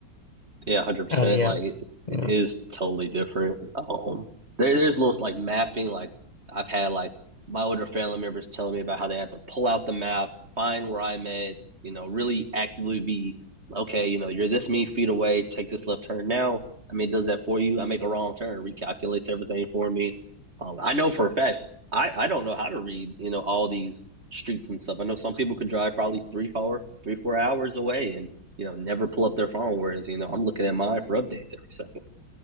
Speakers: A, on the right (about 35°); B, on the left (about 25°).
A: Yeah, one hundred percent.
B: And yeah,
A: Like it, it
B: yeah.
A: is totally different. Um, there, there's little like mapping. Like I've had like my older family members telling me about how they had to pull out the map, find where I'm at. You know, really actively be okay. You know, you're this many feet away. Take this left turn now. I mean, it does that for you. I make a wrong turn, recalculates everything for me. Um, I know for a fact. I I don't know how to read. You know, all these streets and stuff. I know some people could drive probably three, four, three, four hours away and you know, never pull up their phone. Whereas, you know, I'm looking at mine for updates every second.